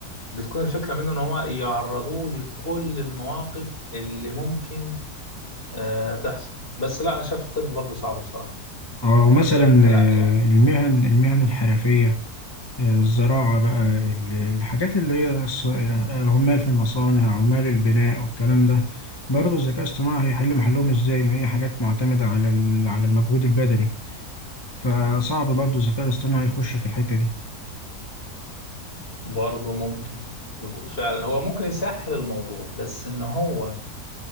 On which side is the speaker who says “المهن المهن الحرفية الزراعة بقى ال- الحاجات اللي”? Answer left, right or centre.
Left